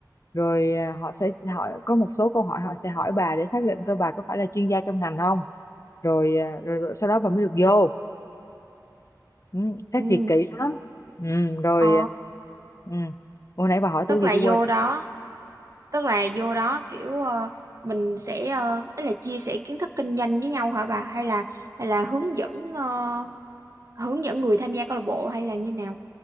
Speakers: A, on the left (about 45°); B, on the right (about 45°).
A: rồi à, họ sẽ hỏi có một số câu hỏi họ sẽ hỏi bà để xác định coi bà có phải là chuyên gia trong ngành không rồi, à, rồi, rồi sau đó bà mới được vô ừ, xét
B: Ừ,
A: duyệt kỹ lắm ừ, rồi
B: ờ,
A: ừ. hồi nãy bà hỏi
B: tức
A: tôi gì
B: là
A: tôi quên
B: vô
A: rồi
B: đó tức là vô đó kiểu ờ, mình sẽ uh, ý là chia sẻ kiến thức kinh doanh với nhau hả bà hay là hay là hướng dẫn ờ, hướng dẫn người tham gia câu lạc bộ hay là như nào